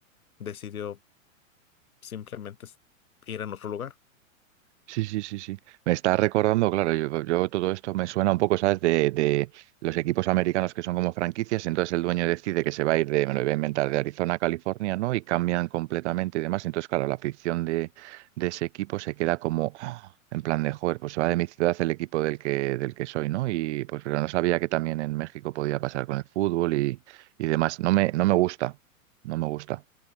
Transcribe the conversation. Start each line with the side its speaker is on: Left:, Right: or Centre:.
Left: decidió simplemente s- ir a otro lugar.
Right: Sí, sí, sí, sí. Me está recordando, claro, yo, yo todo esto me suena un poco, ¿sabes? De, de los equipos americanos que son como franquicias, entonces el dueño decide que se va a ir de, me lo voy a inventar, de Arizona a California, ¿no? Y cambian completamente y demás. Entonces, claro, la afición de, de ese equipo se queda como ¡ah! en plan de, joder, pues se va de mi ciudad el equipo del que, del que soy, ¿no? Y pues, pero no sabía que también en México podía pasar con el fútbol y, y demás. No me, no me gusta, no me gusta.